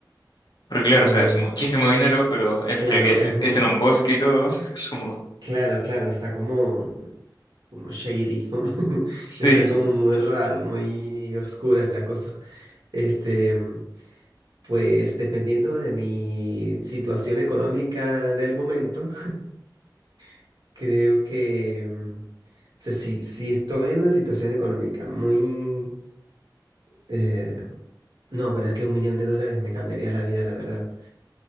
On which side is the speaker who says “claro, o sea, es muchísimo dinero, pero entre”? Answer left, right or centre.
Left